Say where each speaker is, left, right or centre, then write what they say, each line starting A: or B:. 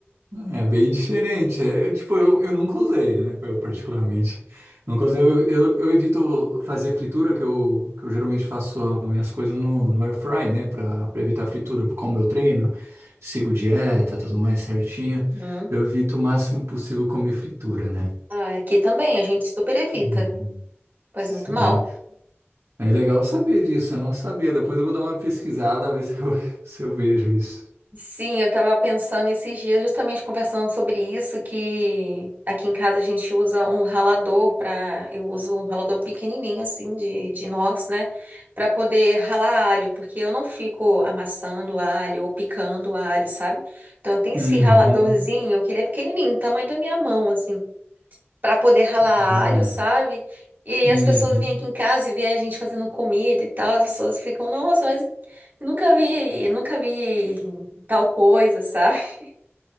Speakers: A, on the right; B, on the right.
A: É bem diferente. É, é, tipo, eu, eu nunca usei, né? Eu particularmente. Nunca usei. Eu, eu, eu evito fazer fritura, que eu, que eu geralmente faço minhas coisas no, no air fry, né? Pra, pra evitar fritura. Como eu treino, sigo dieta, tudo mais certinho.
B: Hum.
A: Eu evito o máximo possível comer fritura, né?
B: Ah, aqui também, a gente super evita.
A: Uhum.
B: Faz
A: Sim,
B: muito mal.
A: é legal saber disso, eu não sabia. Depois eu vou dar uma pesquisada, ver se eu, <laughs> se eu vejo isso.
B: Sim, eu estava pensando esses dias, justamente conversando sobre isso, que aqui em casa a gente usa um ralador para, eu uso um ralador pequenininho assim de, de inox, né, para poder ralar alho, porque eu não fico amassando alho ou picando alho, sabe? Então tem esse
A: Uhum.
B: raladorzinho que ele é pequenininho, tamanho da minha mão assim para poder ralar
A: Que da
B: alho,
A: hora.
B: sabe? E
A: Uhum.
B: as pessoas vêm aqui em casa e vê a gente fazendo comida e tal, as pessoas ficam, nossa, mas eu nunca vi, eu nunca vi tal coisa, sabe? <laughs>